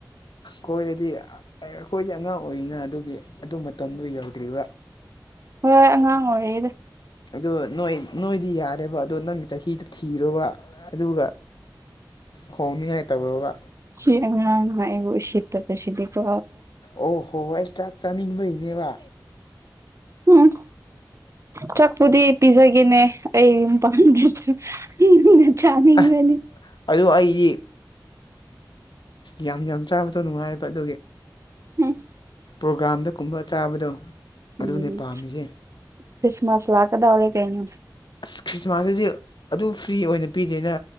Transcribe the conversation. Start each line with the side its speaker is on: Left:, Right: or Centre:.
Left: ꯀꯣꯏꯔꯗꯤ ꯑ ꯑꯩꯈꯣꯏꯗꯤ ꯑꯉꯥꯡ ꯑꯣꯏꯔꯤꯅ ꯑꯗꯨꯒꯤ ꯑꯗꯨ ꯃꯇꯝꯗꯨ ꯌꯧꯗ꯭ꯔꯤꯕ꯫
Right: ꯍꯣꯏ ꯑꯉꯥꯡ ꯑꯣꯏꯔꯤꯌꯦꯗ꯫
Left: ꯑꯗꯣ ꯅꯣꯏ ꯅꯣꯏꯗꯤ ꯌꯥꯔꯦꯕ ꯑꯗꯣ ꯅꯪꯒꯤ ꯆꯍꯤꯗꯨ ꯊꯤꯔꯣꯕ ꯑꯗꯨꯒ <inaudible> ꯍꯣꯡꯅꯤꯡꯉꯥꯏ ꯇꯧꯔꯣꯕ
Right: ꯁꯤ ꯑꯉꯥꯡꯅ ꯑꯩꯕꯨ ꯎꯁꯤꯠꯇꯕꯁꯤꯗꯤꯀꯣ
Left: ꯑꯣ ꯍꯣ ꯑꯩ ꯆꯥꯛ ꯆꯥꯅꯤꯡꯕꯩꯅꯦꯕ
Right: ꯍꯝ ꯆꯥꯛꯄꯨꯗꯤ ꯄꯤꯖꯒꯦꯅꯦ ꯑꯩ ꯌꯨꯝ ꯄꯥꯟꯗ꯭ꯔꯁꯨ ꯆꯥꯅꯤꯡꯔꯅꯤ
Left: ꯑ ꯑꯗꯨ ꯑꯩꯗꯤ ꯌꯥꯝ ꯌꯥꯝ ꯆꯥꯕꯗꯣ ꯅꯨꯡꯉꯥꯏꯕ ꯑꯗꯨꯒꯤ
Right: <unintelligible>
Left: ꯄ꯭ꯔꯣꯒꯥꯝꯗ ꯀꯨꯝꯕ ꯆꯥꯕꯗꯣ
Right: ꯎꯝ
Left: ꯑꯗꯨꯅꯦ ꯄꯥꯝꯃꯤꯁꯦ
Right: ꯈ꯭ꯔꯤꯁꯃꯥꯁ ꯂꯥꯛꯀꯗꯧꯔꯦ ꯀꯩꯅꯣ
Left: ꯑꯁ ꯈ꯭ꯔꯤꯁꯃꯥꯁꯇꯗꯤ ꯑꯗꯨ ꯐ꯭ꯔꯤ ꯑꯣꯏꯅ ꯄꯤꯗꯦꯅ